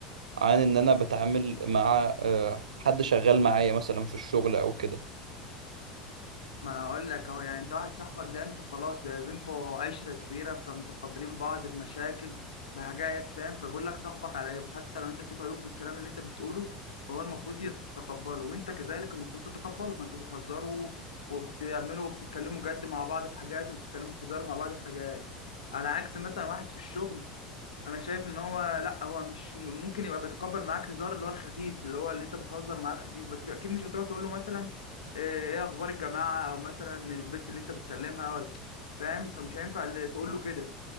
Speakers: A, on the right (about 75°); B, on the left (about 75°).
A: عن إن أنا بتعامل مع آه، حد شغال معايا مثلا في الشغل أو كده
B: ما انا هقول لك اهو يعني انت واحد صاحبك ده انتوا خلاص بقى بينكوا عشره كبيره فمتقبلين بعض بمشاكل بحاجات فاهم فبيقول لك صاحبك على عيب حتى لو انت فيك عيوب بالكلام اللي انت بتقوله فهو المفروض يتقبله وانت كذلك المفروض تتقبله فانتوا بتهزروا وبتعملوا وبتتكلموا جد مع بعض في حاجات وبتتكلموا في هزار مع بعض في حاجات على عكس مثلا واحد في الشغل انا شايف ان هو لا هو مش ممكن يبقى بيتقبل معاك هزار اللي هو الخفيف اللي هو اللي انت بتهزر معاه الخفيف بس اكيد مش هتروح تقول له مثلا ايه إيه اخبار الجماعه او مثلا البت اللي انت بتكلمها ولا فاهم فمش هينفع اللي تقول له كده